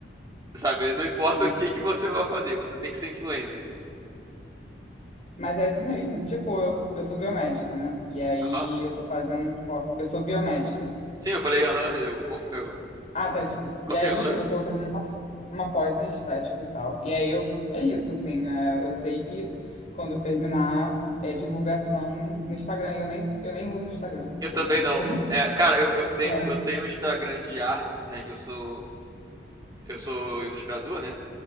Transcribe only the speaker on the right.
Sabe? Não importa
o que que você vai fazer, você tem que ser influencer.
Aham.
Sim, eu falei, aham, eu, conf- eu
confirmando.
Eu também
não. É, cara, eu, eu tenho
eu tenho um Instagram de arte, né? Que eu sou eu sou ilustrador, né?